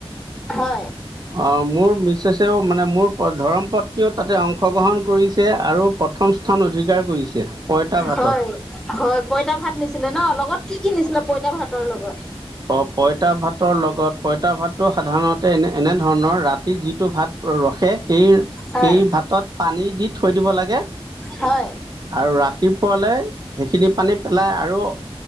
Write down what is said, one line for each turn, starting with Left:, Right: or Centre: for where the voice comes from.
Centre: হয়।
Right: অ মোৰ মিছেছেও মানে মোৰ ধৰৰ্মপত্নীয়েও তাতে অংশগ্ৰহণ কৰিছে আৰু। প্ৰথম স্থান অধিকাৰ কৰিছে পইতা ভাটত।
Centre: হয় হয় পঁইতা ভাত নিছিলে ন লগত থিকি নিছিলে পইতা ভাতৰ লগত।
Right: অ পঁইতা ভাতৰ লগত। পঁইতা ভাতটো সাধাৰণতে এনে এনেধৰণৰ ৰাতি যিটো ভাত ৰাখে। সেই
Centre: হয়।
Right: সেই ভাতত পানী দি থৈ দিব লাগে।
Centre: হয়
Right: আৰু ৰাতিপুৱালৈ সেইখিনি পানী পেলাই আৰু। অ